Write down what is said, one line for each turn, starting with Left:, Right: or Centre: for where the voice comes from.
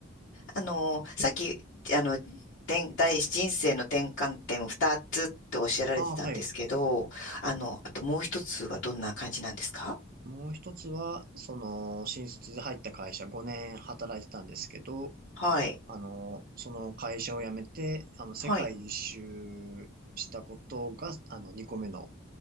Left: あの、さっき、あの、てん大人生の転換点2つっておっしゃられてたんですけど、
Right: ああはい。
Left: あの、あともう一つはどんな感じなんですか
Right: もう一つは、その、新卒で入った会社5年働いてたんですけど、
Left: はい。
Right: あの、その会社を辞めて、あの、世界一周したことが、
Left: はい。
Right: あの、2個目の、